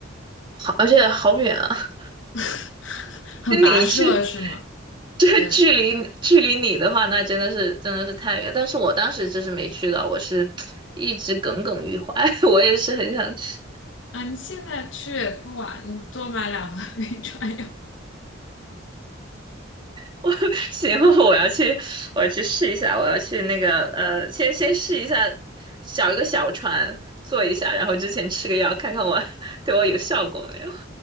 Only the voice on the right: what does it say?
好而且好远啊。
跟你去，这距离距离你的话，
那真的是真的是太远。但是我当时就是没去到，我是一直耿耿于怀。<laughs> 我也是很想去，
<laughs> 我行，我要去，我要去试一下，我要去那个呃，先先试一下，小一个小船坐一下，然后之前吃个药，看看我 <laughs> 对我有效果没有。